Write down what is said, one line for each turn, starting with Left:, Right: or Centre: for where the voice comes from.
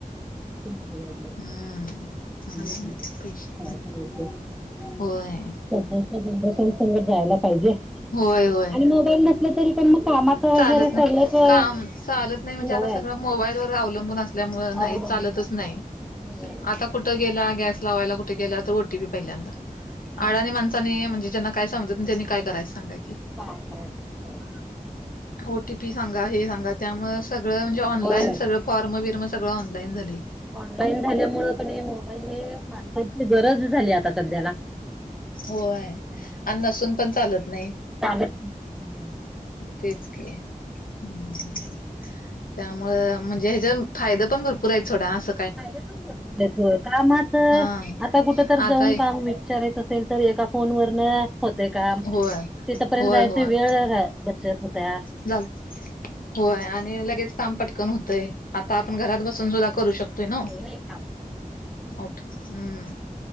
Centre: बिघडलं
Left: हम्म मला
Centre: हम्म
Left: माहितीयेत पैसे.
Centre: <unintelligible>
Left: होय
Centre: सध्या जनरेशन संगत जायला पाहिजे.
Left: होय होय
Centre: आणि मोबाईल नसला तरी पण मग कामात वगैरे
Left: चालत नाही.
Centre: सगळंच हे
Left: काम चालत नाही. म्हणजे
Centre: होय
Left: आता
Centre: आहे
Left: सगळं मोबाईलवर अवलंबून असत. त्यामुळ नाही
Centre: अवलंबून
Left: चालतच
Centre: असतंय
Left: नाही.
Centre: होय
Left: आता कुठ गेला गॅस लावायला कुठ गेला तर, ओ टी पी पहिल्यांदा.
Centre: हा
Left: आडणी माणसांना म्हणजे ज्यांना काय समजत नाही त्यांनी कायरायच सांगा की.
Centre: काय करायच व्हय.
Left: ओ टी पी सांगा. हे सांगा. त्यामुळ सगळं म्हणजे ऑनलाईन
Centre: होय
Left: सगळं फॉर्म बिर्म सगळं ऑनलाईन झालय.
Centre: ऑनलाईन झाल्यामुळे का नाही मोबाईल हे माणसाची गरज झाली आता. सध्याला
Left: होय. आणि नसून पण चालत नाही.
Centre: चालच नाही. हम्म
Left: तेच की हम्म
Centre: हम्म.
Left: त्यामुळ म्हण ह्याच्यातुन फायद पण भरपूर आहेत सोडा अस
Centre: फायदे पण भरपूर आहेत हो. कामच
Left: हा
Centre: आता कुठ तरी
Left: आता
Centre: जाऊन
Left: एक
Centre: काम वि विचारायचं असेल तर एका फोन वरन होते काम.
Left: होय
Centre: तिथपर्यंत
Left: होय
Centre: जायच
Left: होय
Centre: वेळ रा बचत होतया.
Left: झालं, होय आणि लगेच काम पटकन होतंय. आता आपण घरात बसून सुुद्धा करू शकतोय ना.
Centre: ते काम
Left: ऊठ हम्म